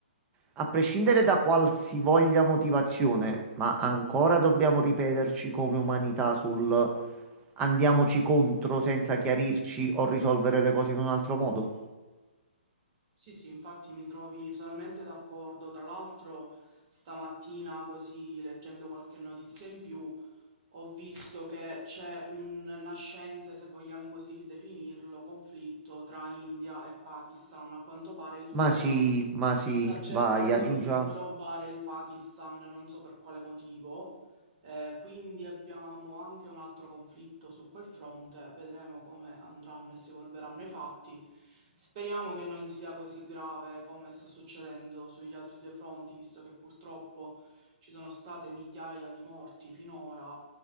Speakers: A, on the right; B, on the right.
A: a prescindere da qualsivoglia motivazione, ma ancora dobbiamo ripeterci come umanità sul andiamoci contro senza chiarirci o risolvere le cose in un altro modo?
B: Sì, sì, infatti mi trovi totalmente d'accordo. Tra l'altro, stamattina, così leggendo qualche notizia in più, ho visto che c'è un nascente, se vogliamo così definirlo, conflitto tra India e Pakistan. A quanto pare l'India
A: Ma sì, ma sì,
B: Sta cercando
A: vai, aggiungiamo.
B: di inglobare il Pakistan, non so per quale motivo, eh, quindi abbiamo anche un altro conflitto su quel fronte, vedremo come andranno e si evolveranno i fatti. Speriamo che non sia così grave come sta succedendo sugli altri due fronti, visto che purtroppo ci sono state migliaia di morti finora.